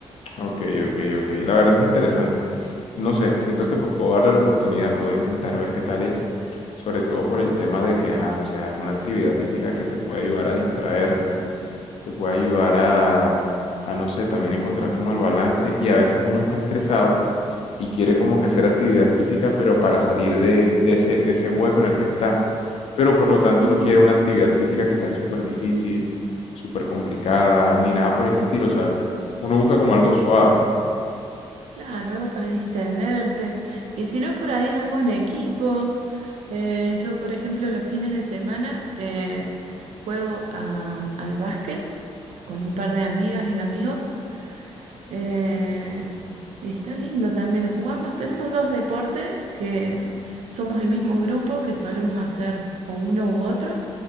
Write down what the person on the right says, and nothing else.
Y
claro, algo para distenderte. Y si no, por ahí algo en equipo. Eh, yo, por ejemplo, los fines de semana eh, juego a- al básquet con un par de amigas y amigos. eh, y está lindo también. Jugamos, tenemos dos deportes que somos el mismo grupo que solemos hacer o uno u otro.